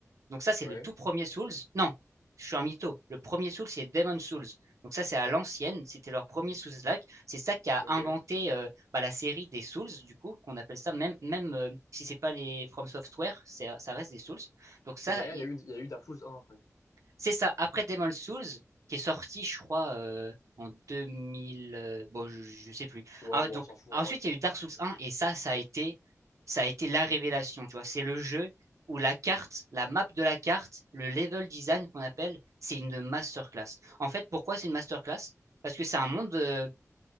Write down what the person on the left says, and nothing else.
Ouais,
ok.
Et derrière, il y a eu, il y a eu Dark Souls un après.
Ouais,
bon,
on s'en fout
en vrai.